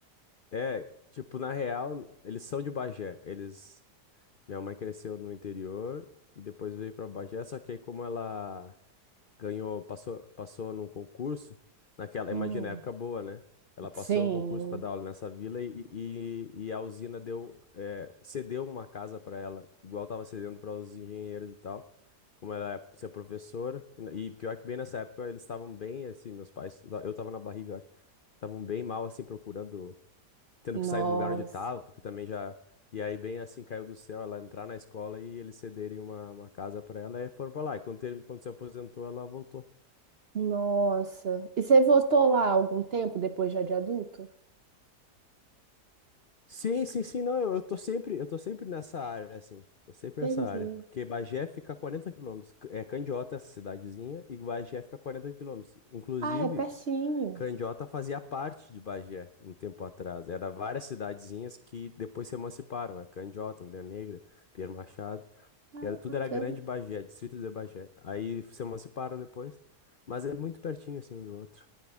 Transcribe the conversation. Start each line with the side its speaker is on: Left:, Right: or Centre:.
Left: É, tipo, na real, eles são de Bagé. Eles. Minha mãe cresceu no interior e depois veio pra Bagé, só que aí como ela ganhou, passou, passou num concurso, naquela,
Right: Hum,
Left: imagina, época boa, né? Ela passou
Right: sim.
Left: no concurso pra dar aula nessa vila e, e, e a usina deu, é, cedeu uma casa pra ela, igual tava cedendo para os engenheiros e tal. Como ela ia ser professora, e, na- e pior que bem nessa época eles estavam bem, assim, meus pais, eu tava na barriga, eu acho, estavam bem mal, assim, procurando tendo
Right: Nossa.
Left: que sair do lugar onde estava, porque também já. E aí, bem assim, caiu do céu ela entrar na escola e eles cederem uma, uma casa para ela e foram para lá. E quando, ter, quando se aposentou, ela voltou.
Right: Nossa. E você voltou lá algum tempo depois já de adulto?
Left: Sim, sim, sim, não, eu, eu tô sempre, eu tô sempre nessa área, assim. Tô sempre
Right: Entendi.
Left: nessa área, porque Bagé fica a 40 quilômetros. É Candiota essa cidadezinha e Bagé fica a 40 quilômetros. Inclusive,
Right: Ah, é pertinho.
Left: Candiota fazia parte de Bagé um tempo atrás. Era várias cidadezinhas que depois se emanciparam, né? Candiota, Mulher Negra, Pierre Machado.
Right: Ah,
Left: E era, tudo
Right: bacana.
Left: era Grande Bagé, distrito de Bagé. Aí se emanciparam depois. Mas é muito pertinho, assim, um do outro.